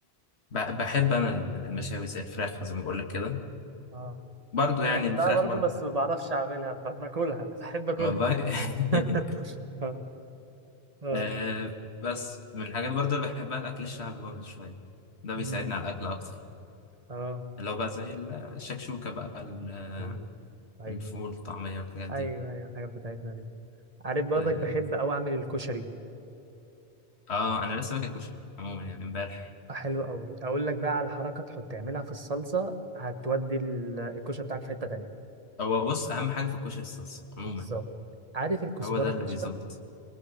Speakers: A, on the left; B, on the right.
A: ب- بحب انا المشاوي زي الفراخ زي ما بقول لك كده
B: اه
A: برضو يعني
B: انا بحبها
A: الفراخ
B: برضو
A: برضو
B: بس ما بعرفش اعملها فباكلها بحب اكلها
A: والله <laughs>
B: <laughs> اه اه
A: آه بس من الحاجات برضو اللي بحبها الاكل الشعبي برضو شويه ده
B: مم.
A: بيساعدني على الاكل اكتر
B: اه
A: اللي هو بقى زي الشكشوكة بقى ال-
B: مم. ايوه
A: الفول
B: ايوه
A: الطعمية والحاجات دي
B: ايوه ايوه حاجه بتاعتنا دي عارف برضك
A: اه
B: بحب اوي اعمل الكشري
A: آه، انا لسه باكل كشري عموما يعني امبارح
B: آه، حلو قوي اقول لك بقى على حركه تحط تعملها في الصلصه هتودي ال- الكشري بتاعك في حته تانية
A: هو بص اهم حاجة في الكشري الصلصة عموما
B: بالظبط عارف الكزبره
A: هو ده اللي
B: الناشفه
A: بيظبط